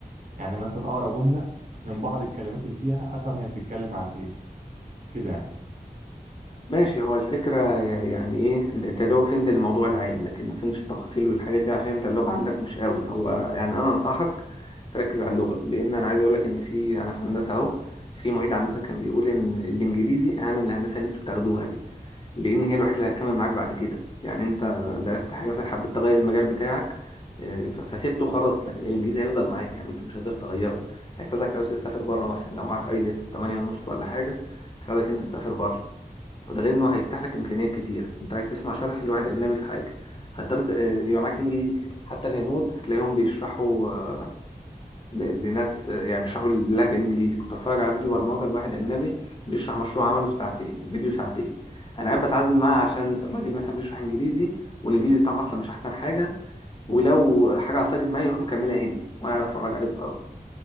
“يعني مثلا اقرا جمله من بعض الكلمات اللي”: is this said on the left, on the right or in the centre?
Right